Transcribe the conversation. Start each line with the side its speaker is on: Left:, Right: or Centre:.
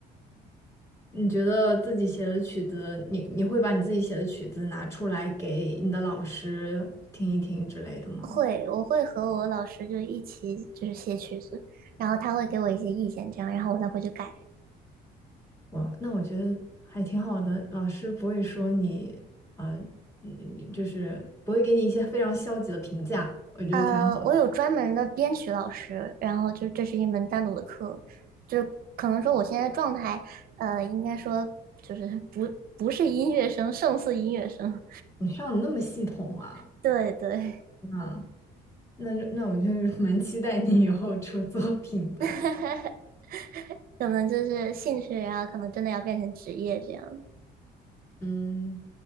Left: 你觉得自己写的曲子，你你会把你自己写的曲子拿出来给你的老师听一听之类的吗？
Right: 会，我会和我老师就一起就是写曲子，然后他会给我一些意见，这样，然后我再回去改。
Left: 哇，那我觉得还挺好的，老师不会说你，呃，嗯就是不会给你一些非常消极的评价，我觉得挺好的。
Right: 呃，我有专门的编曲老师，然后就是这是一门单独的课，就是可能说我现在状态，呃，应该说就是不不是音乐生，胜似音乐生，
Left: 你上的那么系统啊，
Right: <laughs> 对对，
Left: 嗯，那就那我就 <laughs> 是蛮期待你以后出作品的，
Right: <laughs> 可能就是兴趣啊，然后可能真的要变成职业这样，
Left: 嗯，